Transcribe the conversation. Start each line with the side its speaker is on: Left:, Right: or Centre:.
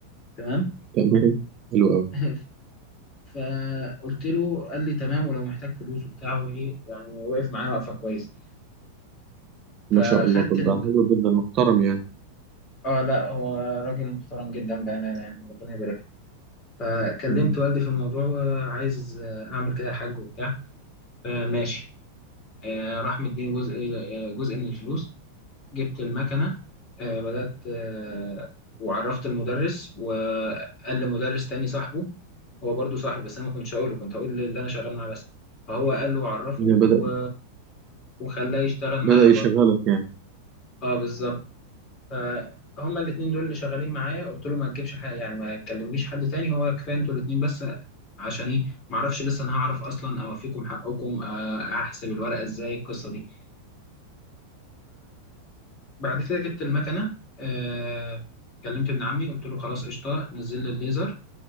Left: تمام
Right: تمام حلو قوي
Left: <laughs> فقلت له قال لي تمام ولو محتاج فلوس وبتاع وايه يعني وقف معايا وقفه كويس
Right: ما
Left: فخدت
Right: شاء الله طب
Left: ال...
Right: ده حلو جدا محترم يعني
Left: اه لا هو راجل محترم جدا بامانه يعني ربنا يبارك له فكلمت
Right: يعني
Left: والدي في الموضوع وعايز آه، اعمل كده حاج وبتاع فماشي آه، راح مديني جزء آه، جزء من الفلوس جبت المكنة آه، بدأت آه، وعرفت المدرس وقال لمدرس تاني صاحبه هو برضو صاحبي بس أنا ما كنتش هقوله كنت هقول اللي أنا شغال معاه بس فهو قال له عرفه
Right: يعني بدأ
Left: و... وخلاه يشتغل معايا
Right: بدأ يشغلك
Left: برضو
Right: يعني
Left: اه بالظبط فهما الاتنين دول اللي شغالين معايا قلت له ما تجيبش حاجة يعني ما تكلمليش حد تاني هو كفاية انتوا الاتنين بس عشان ايه ما اعرفش لسه انا هعرف اصلا اوفيكم حقكم آه، احسب الورقة ازاي القصة دي بعد كده جبت المكنه آه كلمت ابن عمي قلت له خلاص قشطه نزل لي الليزر